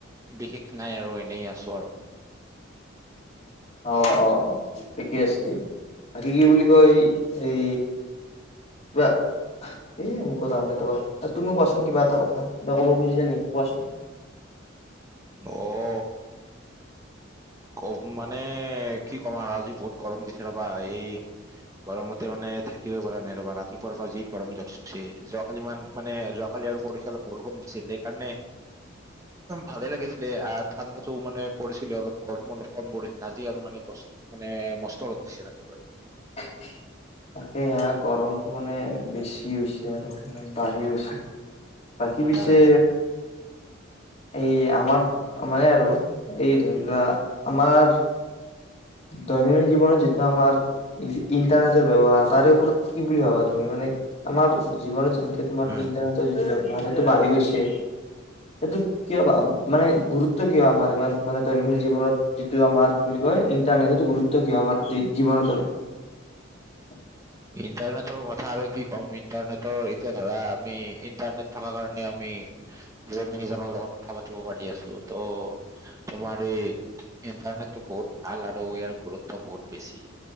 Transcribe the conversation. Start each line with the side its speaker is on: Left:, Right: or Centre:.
Right: বিশেষ নাই আৰু এনেই আছো আৰু
Left: অ, অ, অ। ঠিকে আছে দিয়া বাকী কি বুলি কয়ই এই কিবা <unintelligible> <unintelligible> <unintelligible> তুমি কোৱাচোন কিবা এটা কথা কিবা ক'ব খুজিছা নেকি কোৱাচোন
Right: অ কম মানে কি ক'ম আউ আজি বহুত গৰম দিছে ৰবা এই গৰমতে মানে থাকিবই পৰা নাই ৰবা ৰাতিপুৱাৰ পৰা যি গৰম ধৰিছে যোৱাকালি মান মানে যোৱা কালি আৰু পৰিখলে বৰষুণ দিচিল সেইকাৰণে ভালে লাগিছিলে আ ঠাণ্ডাটো মানে পৰিছিলে অলপ গৰম অলপ কম পৰিল আজি আৰু মানে বছ মানে মষ্ট ৰ'দ দিছে ৰাতিপুৱাৰ পৰা
Left: <inaudible> এয়া গৰমটো মানে বেছি হৈছে আৰু মানে বাঢ়ি গৈছে বাকী
Right: ইণ্টাৰনেটৰ
Left: পিছে এই আমাৰ আমাৰে আৰু এই ধৰি লোৱা আমাৰ দৈনন্দিন জীৱনত যিটো আমাৰ ই ইন্টাৰনেটৰ ব্যৱহাৰ তাৰে ওপৰত কি বুলি ভাবা তুমি মানে আমাৰ জীৱনত যেনকে তোমাৰ
Right: হা
Left: ইন্টাৰ যিটো ভাৰাটো বাঢ়ি গৈছে সেইটো কিয়বা মানে গুৰুত্ব কিয় আমাৰ ইমান মানে দৈনন্দিন জীৱনত যিটো আমাৰ কি বুলি কয় ইণ্টাৰনেট এইটো গুৰুত্ব কিয় আমাৰ যি জীৱনত আৰু <inaudible>
Right: ইণ্টাৰনেটৰ কথা আৰু কি ক'ম ইণ্টাৰনেটৰ এতিয়া ধৰা আমি ইণ্টাৰনেট থকা কাৰণে আমি ইজনে সিজনৰ লগত কথা পাতিব পাৰি আছো ত' তোমাৰ এই ইণ্টাৰনেটটো বহুত ভাল আৰু ইয়াৰ গুৰুত্ব বহুত বেছি